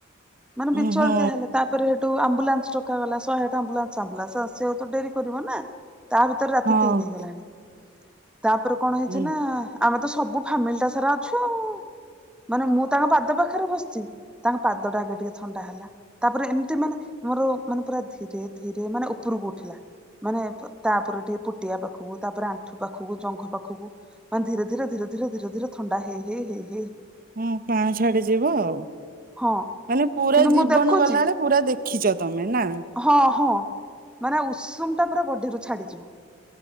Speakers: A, in the centre; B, on the right.
A: ମାନେ
B: ହୁଁ
A: ବିଚଳତିଆ
B: ହୁଁ
A: ହେଲେ। ତାପରେ ସେଠୁ ଆମ୍ବୁଲାନ୍ସ ଡକାଗଲା। ଶହେ ଆଠ ଆମ୍ବୁଲାନ୍ସ। ଆମ୍ବୁଲାନ୍ସ ଆସ ସେ ହୁଏତ ଡେରି କରିବ ନା ତା ଭିତରେ ରାତି
B: ହଁ
A: ତିନି
B: ହଁ
A: ହେଇଗଲାଣି। ତାପରେ କଣ ହେଇଚି
B: ହୁଁ
A: ନା ଆମେ ତ ସବୁ ଫାମିଲି ଟା ସାରା ଅଛୁ ଆଉ। ମାନେ ମୁଁ ତାଙ୍କ ପାଦ ପାଖରେ ବସିଚି। ତାଙ୍କ ପାଦ ଟା ଆଗେ ଟିକେ ଥଣ୍ଡା ହେଲା। ତାପରେ ଏମିତି ମାନେ ମୋର ମାନେ ପୁରା ଧି ଧୀରେ ଧୀରେ ମାନେ ଉପରକୁ ଉଠିଲା। ମାନେ ପ-ତାପରେ ଟିକେ ପୁଟିଆ ପାଖକୁ, ତାପରେ ଆଣ୍ଠୁ ପାଖକୁ, ଜଙ୍ଘ ପାଖକୁ, ମାନେ ଧୀରେ ଧୀରେ ଧୀରେ ଧୀରେ ଧୀରେ ଧୀରେ ଥଣ୍ଡା ହେଇ ହେଇ ହେ
B: ହଁ ପାଣି ଛାଡି ଯିବ ଆଉ।
A: ହଁ।
B: ମାନେ ପୁରା
A: କିନ୍ତୁ
B: ଜୀବନ
A: ମୁଁ ଦେଖୁଛି
B: ଗଲାବେେଳେ ପୁରା ଦେଖିଚ ତୋମେ ନା?
A: ହଁ ହଁ ମାନେ ଉଷୁମ ଟା ପୁରା ବଡିରୁ ଛାଡିଯିବ।